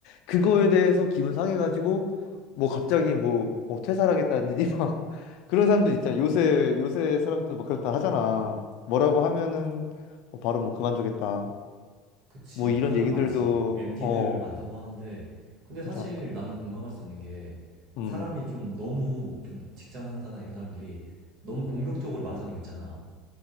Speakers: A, on the left (about 65°); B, on the right (about 55°).
A: 그거에 대해서 기분 상해가지고, 뭐 갑자기 뭐, 뭐 퇴사하겠다느니 <laughs> 막, 그런 사람들 있잖아. 요새, 요새 사람들 막 그렇다 하잖아. 뭐라고 하면은, 뭐 바로 뭐 그만두겠다.
B: 그치,
A: 뭐 이런
B: 그런 사람
A: 얘기들도,
B: 많지. MZ들
A: 어,
B: 많다고 하는데, 근데 사실
A: 진짜,
B: 나는 공감할 수 있는 게,
A: 음.
B: 사람이 좀 너무, 좀 직장 상사나 이런 사람들이 너무 공격적으로 말하는 사람도 있잖아.